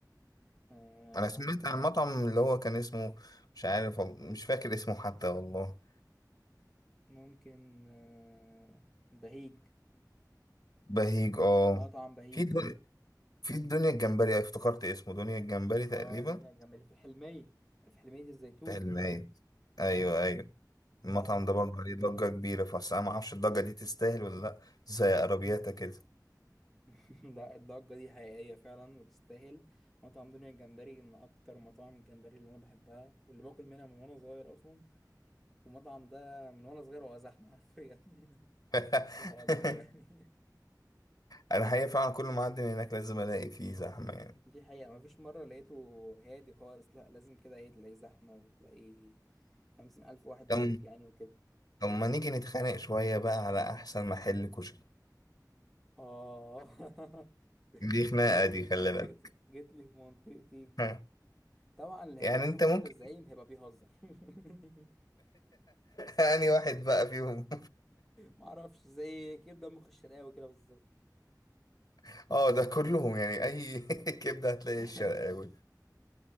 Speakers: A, in the centre; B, on the left.
A: آه
B: أنا سمعت عن مطعم اللي هو كان اسمه مش عارف وال- مش فاكر اسمه حتى والله
A: ممكن آه بهيج
B: بهيج اه
A: مطعم بهيج
B: في دنيا في الدنيا الجمبري افتكرت اسمه دنيا الجمبري تقريبا
A: اه دنيا الجنب اللي في الحلمية في حلمية الزيتون
B: في المايد أيوه أيوه
A: لا
B: المطعم
A: لا
B: ده برضه عليه ضجة كبيرة بس أنا معرفش الضجة دي تستاهل ولا لأ زي عربياتها كده
A: <laughs> لا الضجة دي حقيقية فعلا وتستاهل مطعم دنيا الجمبري من أكتر مطاعم الجمبري اللي أنا بحبها واللي باكل منها من وأنا صغير أصلا والمطعم ده من وأنا صغير وهو زحمة حرفيا
B: <laughs>
A: <laughs> الله أكبر يعني
B: انا حقيقة فعلا كل ما اعدي من هناك لازم الاقي فيه زحمة يعني
A: دي حقيقة مفيش مرة لقيته هادي خالص لا لازم كده ايه تلاقي زحمة وتلاقي خمسين ألف واحد
B: طب
A: واقف يعني وكده
B: طب ما نيجي نتخانق شوية بقى على احسن محل كشري
A: آه <laughs>
B: دي خناقة
A: جيت
B: دي
A: لي في
B: خلي
A: منطقتي
B: بالك
A: جيت لي في منطقتي
B: <laughs>
A: طبعا اللي
B: يعني
A: هيقول فينا
B: انت
A: كشري
B: ممكن
A: الزعيم
B: <laughs>
A: هيبقى بيهزر <laughs>
B: يعني واحد بقى فيهم
A: معرفش زي كبدة مخ الشرقاوي كده بالظبط
B: <laughs> اه ده كلهم يعني اي <laughs> كبدة هتلاقي
A: <laughs>
B: الشرقاوي